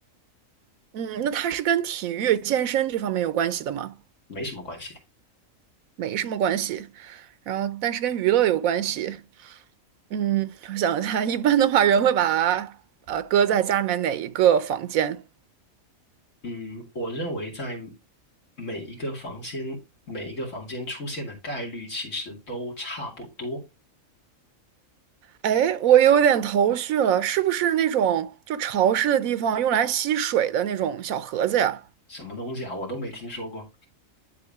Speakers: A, on the right (about 80°); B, on the left (about 65°).
A: 嗯，那它是跟体育、健身这方面有关系的吗？
B: 没什么关系。
A: 没什么关系，然后但是跟娱乐有关系。嗯，我想一下，一般的话，人会把呃搁在家里面哪一个房间？
B: 嗯，我认为在每一个房间每一个房间出现的概率其实都差不多。
A: 哎，我有点头绪了，是不是那种就潮湿的地方用来吸水的那种小盒子呀？
B: 什么东西啊，我都没听说过。